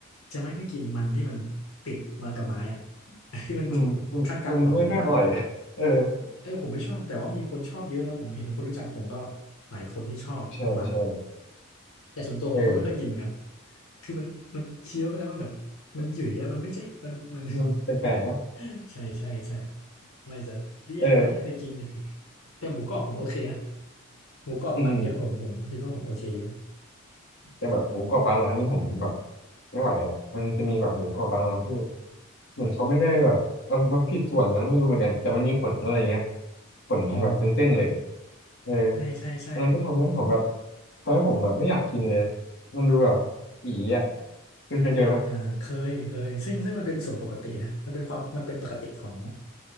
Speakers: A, on the left; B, on the left.
A: จะไม่ค่อยกินมันที่มันติดมากับไม้อ่ะ <laughs> ที่มันอยู่ขั้นกลางระหว่างหมูอ่ะ
B: อืมนมันมันไม่ค่อยอร่อย <laughs> เออ
A: เออผมไม่ชอบแต่ว่ามีคนชอบเยอะนะผมเห็นคนรู้จักผมก็หลายคนที่ชอบมัน
B: ใช่ใช่
A: แต่ส่วนตัวผมก็ไม่ค่อยกินเหมือนกัน
B: เออ
A: คือมันมันเคี้ยวไปแล้วมันแบบมันหยุ่ยอะมันไม่ใช่มันมัน
B: มันแปลกๆเนอะ
A: <laughs> ใช่ใช่ใช่ไม่จะเลี่ยนเลยมั้งไม่เคยกินเด็กๆแต่หมูกรอบผมโอเคนะ
B: เออ
A: หมูกรอบมันเยอะผมผมคิดว่าผมโอเคอยู่
B: อืมแต่แบบหมูกรอบบางร้านนี่ผมแบบไม่ไหวอ่ะมันจะมีแบบหมูกรอบบางร้านที่ เหมือนเขาไม่ได้แบบเอามันผิดส่วนมั้งไม่รู้เหมือนกันแต่มันมีขนอะไรเงี้ยขนแบบเป็นเส้นเลย
A: อ๋อ
B: เออ
A: ใช่ใช่ใช่
B: อันนั้นก็ทำให้ผมแบบทำให้ผมแบบไม่อยากกินเลยมันดูแบบอีอ่ะคุณเคยเจอไหม
A: อ่าฮะเคยเคยซึ่งซึ่งมันเป็นส่วนปกตินะมันเป็นความมันเป็นปกติของ